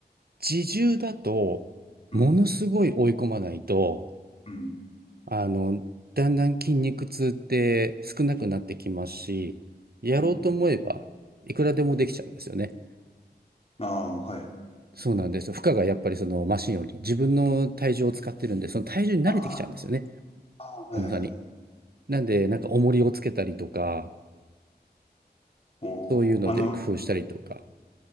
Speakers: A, on the right; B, on the left.
A: 自重だと、
B: うん、
A: ものすごい追い込まないと、
B: うん、
A: あの、だんだん筋肉痛って少なくなってきますし、やろうと思えば、
B: うん。
A: いくらでもできちゃうんですよね。
B: ああ、はい。
A: そうなんですよ。負荷がやっぱりそのマシンより自分の体重を使ってるんで、その体重に慣れてきちゃうんですよね。
B: ああ、はいはいはい。
A: 重さに。なんで、なんか重りをつけたりとか、
B: おー、
A: そういうので工夫したりとか。
B: あの、